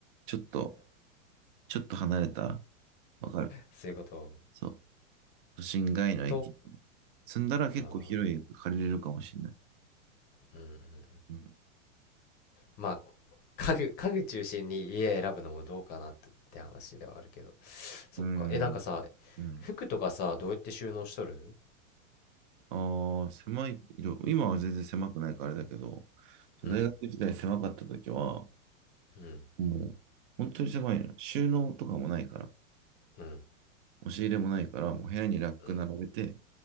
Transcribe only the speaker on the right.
ちょっと、ちょっと離れたわかる
そう。都心外の駅。
住んだら結構広い駅借りれるかもしれない。
うん。
うん。うん。
ああ、狭い、今は全然狭くないからあれだけど、大学時代狭かった時は、
もう、本当に狭いの。収納とかもないから。
押し入れもないから、もう部屋にラック並べて